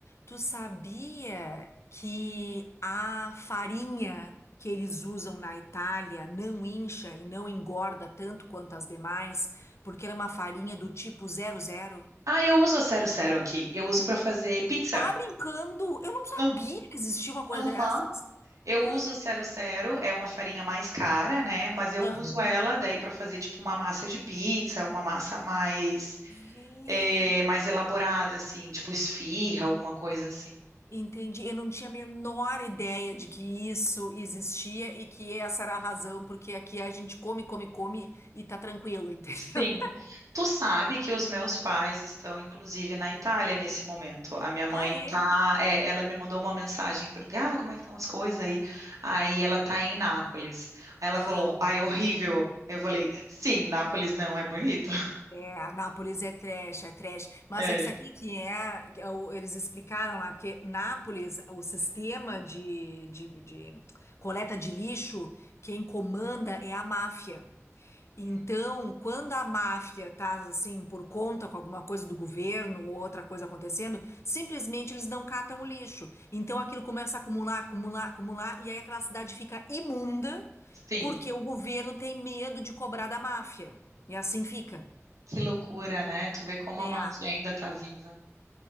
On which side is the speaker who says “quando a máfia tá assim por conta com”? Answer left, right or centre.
Left